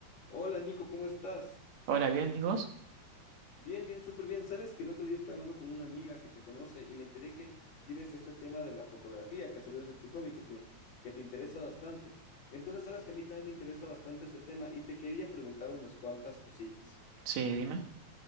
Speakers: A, on the left (about 65°); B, on the right (about 70°).
A: Hola Nico, ¿cómo estás?
B: Hola, bien, ¿y vos?
A: Bien, bien, súper bien. Sabes que el otro día estaba hablando con una amiga que te conoce y me enteré que tienes este tema de la fotografía, que has sabido ser tu hobby, que te, que te interesa bastante. Entonces, sabes que a mí también me interesa bastante este tema y te quería preguntar unas cuantas cositas.
B: Sí, dime.